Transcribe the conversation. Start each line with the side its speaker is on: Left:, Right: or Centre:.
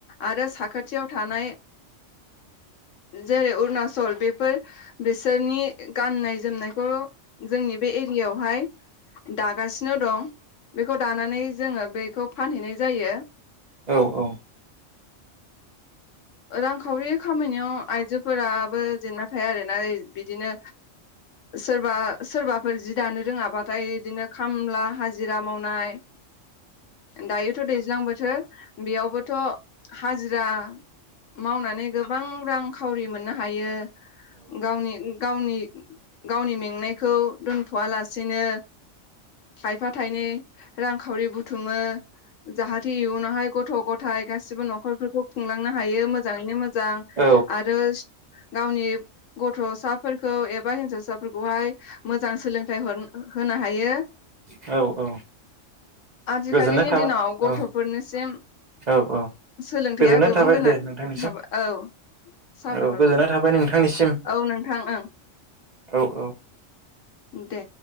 Left: आरो साखाथियाव थानाय जेरै उरनासल बेफोर बिसोरनि गाननाय जोमनायखौ जोंनि बे एरियायावहाय दागासिनो दं बेखौ दानानै जोङो बेखौ फानहैनाय जायो।
Right: औ औ।
Left: रांखावरि खामायनायाव आइजोफोराबो जेनना थाया आरोना ओइ बिदिनो सोरबा सोरबाफोर जि दानो रोङाबाथाय बिदिनो खामला हाजिरा मावनाय दायोथ' दैज्लां बोथोर बेयावबोथ' हाजिरा मावनानै गोबां रां खावरि मोननो हायो। गावनि गावनि गावनि मेंनायखौ दोन्थ'आ लासेनो थाइफा थाइनै रांखावरि बुथुमो जाहाथि इयुनावहाय गथ' ग' थाइ गासिबो न'खरफोरखौ खुंलां नो हायो मोजाङैनो मोजां
Right: औ
Left: आरो गावनि गथ'साफोरखौ एबा हिन्जावसाफोरखौहाय मोजां सोलोंथाइ हर-होनो हायो
Right: औ औ
Left: आजिखालिनि
Right: गोजोननाय थाबाय
Left: दिनाव गथ'
Right: औ
Left: फोरनिसिम
Right: औ औ
Left: सोलोंथाया
Right: गोजोननाय थाबाय दे नोंथांनिसिम
Left: औ। <inaudible>
Right: औ गोजोन्नाय
Left: बाव
Right: थाबाय नोंथांनिसिम।
Left: औ नोंथां ओं
Right: औ औ।
Left: दे।